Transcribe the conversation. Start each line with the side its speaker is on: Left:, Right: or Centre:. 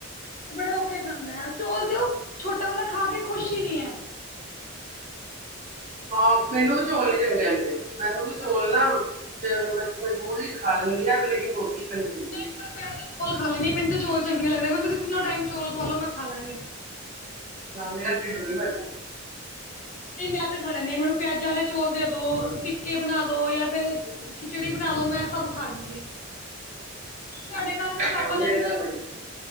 Left: ਤੇ ਬੜੇ ਔਖੇ ਖਾਂਦਾ ਐ। ਚੋਲ ਤੇ ਓ ਛੋਟਾ ਵਲਾ ਖਾ ਕੇ ਖੁਸ਼ ਈ ਨੀ ਐ।
Right: ਹਾਂ, ਮੈਨੂੰ ਵੀ ਚੋਲ ਨੀ ਚੰਗ ਲਗਦੇ। ਮੈਨੂੰ ਵੀ ਚੌਲ ਨਾ ਮਜਬੂਰੀ'ਚ ਖਾ ਲੈਂਦੀ ਆ। ਲੇਕਿਨ ਰੋਟੀ- ਮੈਨੂੰ ਚਾਹੀਦੀ
Left: ਨਈ ਪਰ, ਮੈਂ ਤਾਂ ਚੋਲ ਖਾ ਲੈਣੀ। ਮੈਨੂੰ ਚੋਲ ਚੰਗੇ ਲਗਦੇ ।ਮੈਨੂੰ ਤੁਸੀਂ ਤਿਨੋਂ ਟੈਮ ਚੋਲ ਖਵਾ ਲਓ, ਮੈਂ ਖਾ ਲਾਂਗੀ।
Right: ਨਾ ਮੇਰਾ ਟਿਡ ਭਰਨਾ।
Left: ਨਈ ਮੈਂ ਤੇ ਖਾ ਲੈਂਦੀ ਆ। ਮੈਨੂੰ ਪਿਆਜਾ ਅਲੇ ਚੋਲ ਦੇ ਦੋ, ਫਿੱਕੇ ਬਣਾ ਦੋ, ਜਾਂ ਫੇਰ ਖਿਚੜੀ ਬਣਾ ਦੋ, ਮੈਂ ਸਭ ਖਾ ਲੈਂਦੀ ਆ ।ਸਾਡੇ- ਕਰ ਮੇਰੇ ਪਾਪਾ
Right: ਹਾਂ,
Left: ਕਹਿੰਦੇ।
Right: ਨਾਲ ਬੜੀ ਦਿੱਕਤ।